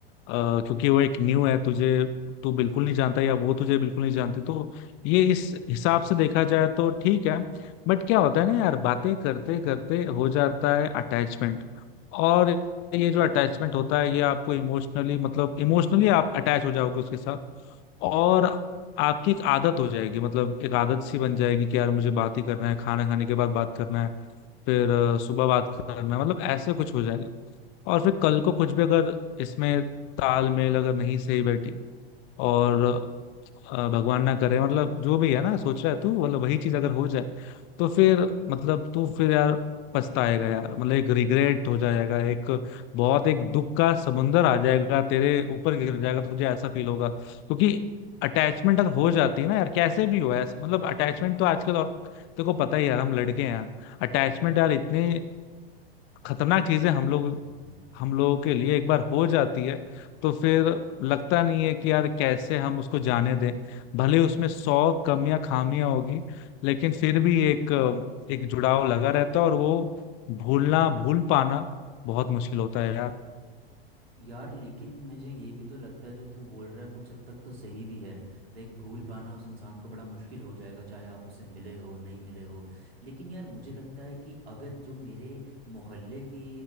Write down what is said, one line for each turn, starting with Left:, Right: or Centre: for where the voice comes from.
Left: क्योंकि वो एक न्यू है तुझे तू बिल्कुल नहीं जानता या वो तुझे बिल्कुल नहीं जानती तो ये इस हिसाब से देखा जाए तो ठीक है बट क्या होता है ना यार बातें करते करते हो जाता है अटैचमेंट और ये जो अटैचमेंट
Right: हम्म,
Left: होता है ये आपको इमोशनली मतलब इमोशनली आप अटैच हो जाओगे उसके साथ और आपकी एक आदत हो जाएगी मतलब एक आदत सी बन जाएगी कि यार मुझे बात ही करना है खाना खाने के बाद बात करना है फिर अ, सुबह बात करना मतलब ऐसे कुछ हो जाएगा और फिर कल को कुछ भी अगर इसमें तालमेल अगर नहीं सही बैठी और अ, भगवान ना करे मतलब जो भी है ना सोच रहा है तू मतलब वही चीज अगर हो जाए तो फिर मतलब तू फिर यार पछताएगा यार मतलब एक रिग्रेट हो जाएगा एक बहुत एक दुख का समुंदर आ जाएगा तेरे ऊपर
Right: <laughs>
Left: गिर जाएगा तुझे ऐसा फील होगा क्योंकि अटैचमेंट अगर हो जाती है ना यार कैसे भी हो ऐसे मतलब अटैचमेंट तो आजकल और तेरे को पता ही है यार हम लड़के हैं यार अटैचमेंट यार इतने खतरनाक चीजें
Right: हम्म,
Left: हम लोग हम लोगों के लिए एक बार हो जाती है तो फिर लगता नहीं है कि यार कैसे हम उसको जाने दें भले उसमें सौ कमियां खामियां होगी लेकिन फिर भी एक एक जुड़ाव लगा रहता है और वो भूलना भूल पाना बहुत मुश्किल होता है यार
Right: यार लेकिन मुझे ये भी तो लगता है जो तू बोल रहा है कुछ हद तक तो सही भी है लाइक भूल पाना उस इंसान को बड़ा मुश्किल हो जाएगा चाहे आप उससे मिले हो नहीं मिले हो लेकिन यार मुझे लगता है कि अगर जो मेरे मोहल्ले के